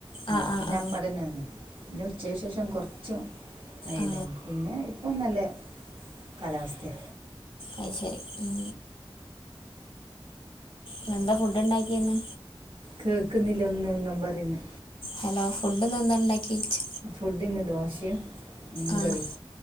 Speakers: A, on the right (about 75°); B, on the left (about 70°).
A: അന്നേരം
B: ആ ആ
A: പിന്നെ
B: ആ
A: അ <unintelligible> പിന്നെ ഉച്ചയ് ശേഷം കൊർച്ചും -- അയെന്നെ
B: ആ
A: പിന്നെ ഇപ്പോം നല്ല കാലാവസ്ഥയ
B: അയ് ശരി ഉം ന്നെന്താ ഫുഡ് ണ്ടാക്കിയെ ന്ന്
A: കേൾക്കുന്നില്ലെ ന്നും ന്നമ്പറിന്നെ
B: ഹെലോ ഫുഡ്ഡ്ന്നെന്താണ്ടാക്കിച്ച്
A: ഫുഡിന്ന് ദോശയും മീൻകറിയും
B: ആഹ്